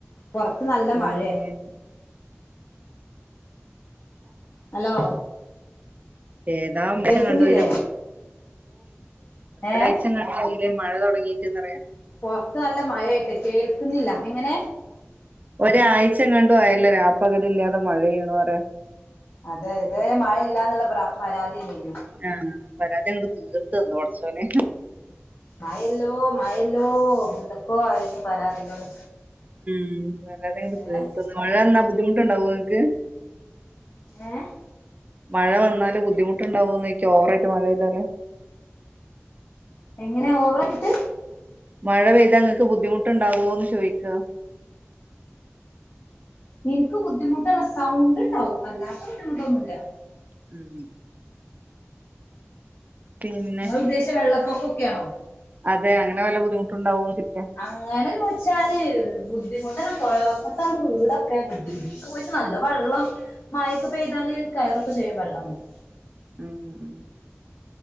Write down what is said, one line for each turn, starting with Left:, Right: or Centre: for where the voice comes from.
Left: പുറത്ത് നല്ല
Right: എന്താ
Left: മഴയെ
Right: പിന്നെ
Left: ഹലോ
Right: ഏതാ <unintelligible>
Left: കേൾക്കുന്നില്ലേ
Right: കേൾക്കണ്ട്
Left: ഏഹ്
Right: ഒരാഴ്ച മഴ തുടങ്ങീട്ട്ന്ന് പറയാം
Left: പൊറത്ത് നല്ല മഴ ആയിട്ട് കേൾക്കുന്നില്ല എങ്ങനെ
Right: ഒരാഴ്ചങ്ങാണ്ടും ആയല്ലോ രാപ്പകലില്ലാതെ മഴ യ്യുണ് പറയ
Left: അതെ ഇതരെ മഴയില്ല എന്നുള്ള പരാതിയല്ലെന്യോ
Right: ആഹ പരാതിയ കൊണ്ട് തീർത്തു തന്നോ ഉറച്ചോനെ
Left: മയല്ലോ മയല്ലോ എന്തൊക്കോ ആയിരുന്നു പരാതികള്
Right: <unintelligible>
Left: ഏഹ്
Right: ബുദ്ധിമുട്ടുണ്ടാവും ങ്ങക്ക്
Left: ഏഹ്
Right: മഴ വന്നാല് ബുദ്ധിമുട്ടുണ്ടാവോ ന്ന് ചോയ്ക്ക ഓവറായിട്ട് മഴെയ്താല്
Left: എങ്ങനെ ഓവറ ആയിട്ട്
Right: മഴ പെയ്താ ങ്ങൾക്ക് ബുദ്ധിമുട്ടുണ്ടാവോ എന്ന് ചോദിക്ക
Left: ഇൻക്ക് ബുദ്ധിമുട്ടന്നാ സൗണ്ട് ഉണ്ടാവും അല്ലാത്ത ബുദ്ധിമുട്ടൊന്നുമില്ല
Right: ഉം പിന്നെ,
Left: നിങ്ങൾ ഉദ്ദേശിച്ച വെള്ളപ്പൊക്കൊക്കെയാണോ
Right: അതെ അങ്ങനെ വല്ല ബുദ്ധിമുട്ടുണ്ടാവോ ന്ന് ചോയ്ക്ക
Left: അങ്ങനെ ചോദിച്ചാല് ബുദ്ധിമുട്ടല്ല പുഴവക്കത്താണ് വീടൊക്കെ ബുദ്ധിമുട്ട് പോയിട്ട് നല്ല വെള്ളം മഴക്കെ പെയ്താല് കയറൊക്കെ ചെയ്യും വെള്ളം ങ്ങട്ട്
Right: ഉം